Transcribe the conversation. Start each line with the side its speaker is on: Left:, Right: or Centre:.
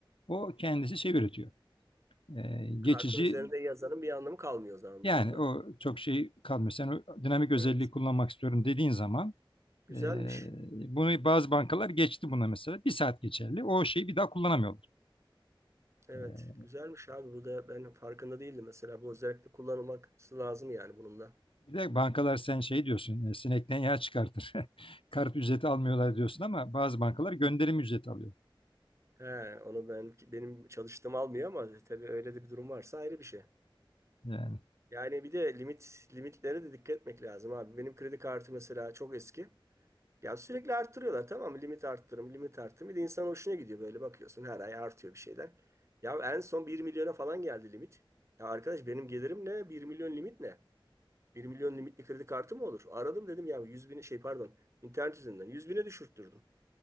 Left: o kendisi şey üretiyor. E, geçici
Right: Kartın üzerinde yazanın bir anlamı kalmıyor o zaman
Left: yani
Right: bu durumda.
Left: o çok şey kalmıyor. Sen o dinamik özelliği
Right: Evet.
Left: kullanmak istiyorum dediğin zaman
Right: Güzelmiş.
Left: e, bunu bazı bankalar geçti buna mesela. Bir saat geçerli. O şeyi bir daha kullanamıyorlar.
Right: Evet,
Left: E,
Right: güzelmiş abi. Bu da ben farkında değildim mesela. Bu özellikle kullanılması lazım yani bunun da.
Left: bir de bankalar sen şey diyorsun e, sinekten yağ çıkartır. <laughs> Kart ücreti almıyorlar diyorsun ama bazı bankalar gönderim ücreti alıyor.
Right: He, onu ben benim çalıştığım almıyor ama tabii öyle de bir durum varsa ayrı bir şey.
Left: Yani
Right: Yani bir de limit limitlere de dikkat etmek lazım abi. Benim kredi kartı mesela çok eski. Ya sürekli arttırıyorlar tamam mı? Limit arttırım, limit arttırım. Bir de insan hoşuna gidiyor böyle bakıyorsun her ay artıyor bir şeyler. Ya en son bir milyona falan geldi limit. Ya arkadaş benim gelirim ne? bir milyon limit ne? bir milyon limitli kredi kartı mı olur? Aradım dedim ya 100 bin şey pardon internet üzerinden 100 bine düşürttürdüm.